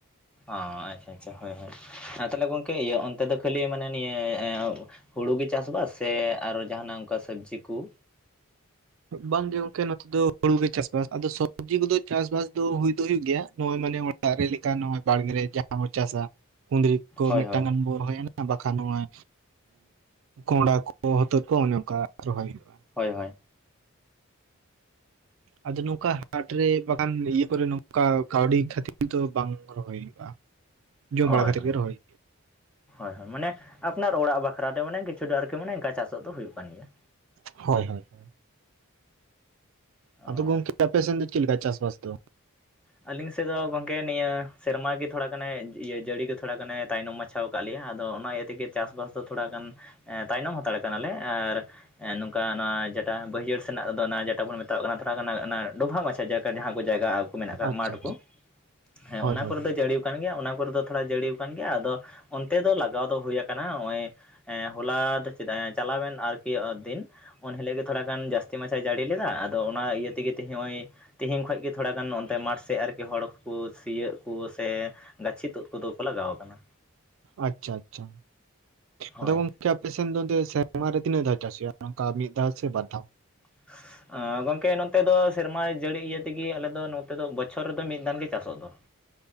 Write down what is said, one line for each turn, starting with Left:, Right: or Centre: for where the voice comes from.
Centre: ᱚ ᱟᱪᱪᱷᱟ ᱟᱪᱪᱷᱟ ᱦᱳᱭ ᱦᱳᱭ ᱛᱟᱦᱞᱮ ᱜᱚᱢᱠᱮ ᱤᱭᱟᱹ ᱚᱱᱛᱮ ᱫᱚ ᱠᱷᱟᱹᱞᱤ ᱢᱟᱱᱮ ᱱᱤᱭᱟᱹ ᱦᱩᱲᱩ ᱜᱮ ᱪᱟᱥ ᱵᱟᱟᱥ ᱥᱮ ᱟᱨᱚ ᱡᱟᱦᱟᱱᱟᱜ ᱚᱱᱠᱟ ᱥᱚᱵᱽᱡᱤ ᱠᱩ
Right: ᱵᱟᱝᱜᱮ ᱜᱚᱝᱠᱮ ᱱᱚᱛᱮ ᱫᱚ ᱦᱩᱲᱩ ᱜᱮ ᱪᱟᱥᱵᱟᱥ ᱟᱫᱚ ᱥᱚᱵᱽᱡᱤ ᱠᱚᱫᱚ ᱪᱟᱥᱵᱟᱥ ᱫᱚ ᱦᱩᱭ ᱫᱚ ᱦᱩᱭᱩᱜ ᱜᱮᱭᱟ ᱱᱚᱜᱚᱭ ᱢᱟᱱᱮ ᱫᱟᱨᱮ ᱞᱮᱠᱟ ᱱᱚᱜ-ᱚᱭ ᱵᱟᱲᱜᱮ ᱡᱟᱦᱟᱸ ᱵᱚ ᱪᱟᱥᱟ ᱠᱩᱫᱽᱨᱤ ᱠᱚ
Centre: ᱦᱳᱭ
Right: ᱢᱤᱫᱴᱟᱝ
Centre: ᱦᱳᱭ
Right: ᱜᱟᱱ ᱵᱚᱱ ᱨᱚᱦᱚᱭᱟ᱾ ᱵᱟᱠᱷᱟᱱ ᱱᱚᱜᱼᱚᱭ ᱠᱚᱸᱲᱟ ᱠᱚ ᱦᱚᱛᱚᱫ ᱠᱚ ᱚᱱᱮ ᱚᱱᱠᱟ ᱨᱚᱦᱚᱭ ᱦᱩᱭᱩᱜᱼᱟ᱾
Centre: ᱦᱳᱭ ᱦᱳᱭ
Right: ᱟᱫᱚ ᱱᱚᱝᱠᱟ ᱦᱟᱴᱨᱮ ᱵᱟᱠᱷᱟᱱ ᱤᱭᱟᱹ ᱠᱚᱨᱮ ᱱᱚᱝᱠᱟ ᱠᱟᱹᱣᱰᱤ ᱠᱷᱟᱹᱛᱤᱨ ᱫᱚ ᱵᱟᱝ ᱨᱚᱦᱚᱭ ᱦᱩᱭᱩᱜᱼᱟ᱾ ᱡᱚᱢ
Centre: ᱦᱳᱭ
Right: ᱵᱟᱲᱟ ᱠᱷᱟᱹᱛᱤᱨ
Centre: ᱦᱳᱭ
Right: ᱜᱮ ᱨᱚᱦᱚᱭ
Centre: ᱦᱳᱭ ᱦᱳᱭ ᱢᱟᱱᱮ ᱟᱯᱱᱟᱨ ᱚᱲᱟᱜ ᱵᱟᱠᱷᱨᱟ ᱛᱮ ᱢᱟᱱᱮ ᱠᱤᱪᱷᱩ ᱫᱚ ᱟᱨᱠᱤ ᱢᱟᱱᱮ ᱚᱱᱠᱟ ᱪᱟᱥᱚᱜ ᱫᱚ ᱦᱩᱭᱩᱜ ᱠᱟᱱ ᱜᱮᱭᱟ᱾
Right: ᱦᱩᱭᱩᱜᱼᱟ᱾ ᱦᱳᱭ ᱦᱳᱭ ᱦᱳᱭ᱾
Centre: ᱚ
Right: ᱟᱫᱚ ᱜᱚᱢᱠ ᱟᱯᱮᱥᱮᱱ ᱫᱚ ᱪᱮᱫ ᱞᱮᱠᱟ ᱪᱟᱥ-ᱵᱟᱥ ᱫᱚ?
Centre: ᱟᱹᱞᱤᱧ ᱥᱮᱫ ᱫᱚ ᱜᱚᱝᱠᱮ ᱱᱤᱭᱟᱹ ᱥᱮᱨᱢᱟ ᱜᱮ ᱛᱷᱚᱲᱟ ᱜᱟᱱᱮ ᱤᱭᱟᱹ ᱡᱟᱹᱲᱤ ᱜᱮ ᱛᱷᱚᱲᱟ ᱜᱟᱱᱮ ᱛᱟᱭᱱᱚᱢ ᱢᱟᱪᱷᱟᱣ ᱠᱟᱜ ᱞᱮᱭᱟ ᱟᱫᱚ ᱚᱱᱟ ᱤᱭᱟᱹ ᱛᱮᱜᱮ ᱪᱟᱥ-ᱵᱟᱥ ᱫᱚ ᱛᱷᱚᱲᱟ ᱜᱟᱱ ᱛᱟᱭᱱᱚᱢ ᱦᱟᱛᱟᱲ ᱠᱟᱱᱟᱞᱮ ᱟᱨ ᱱᱚᱝᱠᱟ ᱱᱚᱣᱟ ᱡᱮᱴᱟ ᱵᱟᱹᱭᱦᱟᱹᱲ ᱥᱮᱱᱟᱜ ᱫᱚ ᱚᱱᱟ ᱡᱮᱴᱟ ᱵᱚᱱ ᱢᱮᱛᱟᱣᱟᱜ ᱠᱟᱱᱟ ᱛᱷᱚᱲᱟ ᱜ ᱚᱱᱟ ᱰᱚᱵᱷᱟᱜ ᱢᱟᱪᱷᱟ ᱡᱟ ᱡᱟᱦᱟᱸ ᱠᱚ ᱡᱟᱭᱜᱟ ᱟᱠᱚ ᱢᱮᱱᱟᱜ ᱟᱠᱟᱫ
Right: ᱟᱪᱪᱷᱟ
Centre: ᱢᱟᱴᱷ
Right: ᱟᱪᱪᱷᱟ
Centre: ᱠᱚ ᱦᱮᱸ ᱚᱱᱟ
Right: ᱦᱳᱭ ᱦᱳᱭ
Centre: ᱠᱚᱨᱮ
Right: ᱦᱳᱭ,
Centre: ᱫᱚ ᱡᱟᱹᱲᱤ ᱜᱮᱭᱟ ᱚᱱᱟ ᱠᱚᱨᱮ ᱫᱚ ᱛᱷᱚᱲᱟ ᱡᱟᱹᱲᱤ ᱟᱠᱟᱱ ᱜᱮᱭᱟ ᱟᱫᱚ ᱚᱱᱛᱮ ᱫᱚ ᱞᱟᱜᱟᱣ ᱫᱚ ᱦᱩᱭᱟ ᱟᱠᱟᱱᱟ ᱱᱚᱜᱚᱭ, ᱦᱚᱞᱟ ᱫᱚ ᱪᱮᱫᱟᱜ ᱪᱟᱞᱟᱣᱮᱱ ᱟᱨᱠᱤ ᱫᱤᱱ ᱩᱱ ᱦᱤᱞᱳᱜ ᱜᱮ ᱛᱷᱚᱲᱟ ᱜᱟᱱ ᱡᱟᱹᱥᱛᱤ ᱢᱟᱪᱷᱟᱣ ᱡᱟᱹᱲᱤ ᱞᱮᱫᱟ ᱟᱫᱚ ᱚᱱᱟ ᱤᱭᱟᱹ ᱛᱮᱜᱮ ᱛᱦᱤᱧ ᱱᱚᱜᱼᱚᱭ, ᱛᱦᱤᱧ ᱠᱷᱚᱱ ᱜᱮ ᱛᱷᱚᱲ ᱜᱟᱱ ᱢᱟᱴᱷ ᱥᱮᱫ ᱟᱨᱠᱤ ᱦᱚᱲ ᱠᱚ ᱥᱤᱭᱳᱜ ᱠᱚ ᱥᱮ ᱜᱟᱪᱷᱤ ᱛᱩᱫ ᱠᱚᱫᱚ ᱠᱚ ᱞᱟᱜᱟᱣ ᱟᱠᱟᱱᱟ᱾
Right: ᱟᱪᱪᱷᱟ ᱟᱪᱪᱷᱟ
Centre: ᱦᱳᱭ
Right: ᱟᱫᱚ ᱜᱚᱝ ᱠᱮ ᱟᱯᱮᱥ ᱥᱮᱱ ᱫᱚ ᱥᱮᱨᱢᱟ ᱨᱮ ᱛᱤᱱᱟᱹᱜ ᱫᱷᱟᱣ ᱪᱟᱥ ᱦᱩᱭᱩᱜᱼᱟ ᱱᱝᱠᱟ ᱢᱤᱫ ᱫᱷᱟᱣ ᱥᱮ ᱵᱟᱨ ᱫᱷᱟᱣ?
Centre: <inaudible> ᱜᱚᱝᱠᱮ ᱱᱚᱛᱮ ᱫᱚ ᱥᱮᱨᱢᱟ ᱡᱟᱹᱲᱤ ᱤᱭᱟᱹ ᱛᱮᱜᱮ ᱟᱞᱮ ᱫᱚ ᱱᱚᱛᱮ ᱫᱚ ᱵᱚᱪᱷᱚᱨ ᱨᱮᱫᱚ ᱢᱤᱫ ᱫᱟᱱ ᱜᱮ ᱪᱟᱥᱚᱜ ᱫᱚ᱾